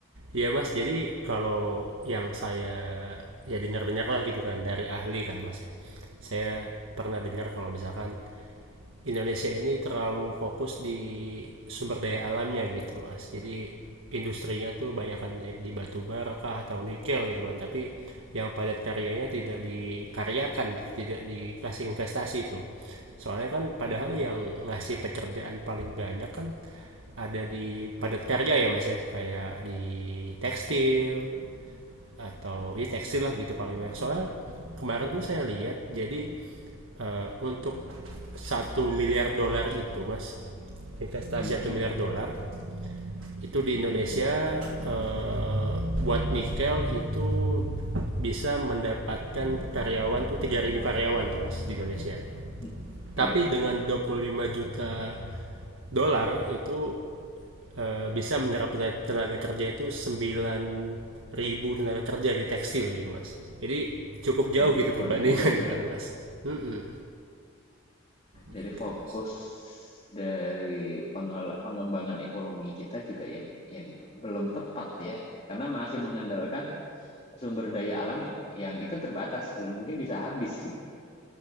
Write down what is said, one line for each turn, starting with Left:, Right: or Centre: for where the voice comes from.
Right: Iya Mas, jadi kalau yang saya ya dengar-dengar lah gitu kan dari ahli kan Mas. Saya pernah dengar kalau misalkan Indonesia ini terlalu fokus di sumber daya alamnya gitu mas jadi industrinya tuh banyak kan di, di batu bara kah atau nikel gitu kan tapi yang padat karyanya tidak dikaryakan gitu tidak dikasih investasi tuh soalnya kan padahal yang ngasih pekerjaan paling banyak kan ada di padat karya ya mas ya kayak di tekstil atau ya tekstil lah gitu paling banyak soalnya kemarin tuh saya lihat jadi eh, untuk satu miliar dolar itu mas investasi
Left: Mhm,
Right: satu miliar dolar itu di Indonesia eh, buat nikel itu bisa mendapatkan karyawan tuh 3000 karyawan tuh mas di Indonesia
Left: m
Right: tapi
Left: iya,
Right: dengan 25 juta dolar itu eh, bisa menyerap tenaga kerja itu sembilan ribu tenaga kerja di tekstil gitu, Mas. Jadi cukup jauh
Left: jadi perbandingannya
Right: gitu perbandingan
Left: jauh
Right: <laughs>
Left: ya.
Right: ya kan, Mas. Mm-mm, gitu,
Left: Jadi fokus
Right: Mas.
Left: dari pengela pengembangan ekonomi kita juga yang yang belum tepat ya, karena masih mengandalkan sumber daya alam yang yang itu terbatas dan mungkin bisa habis gitu,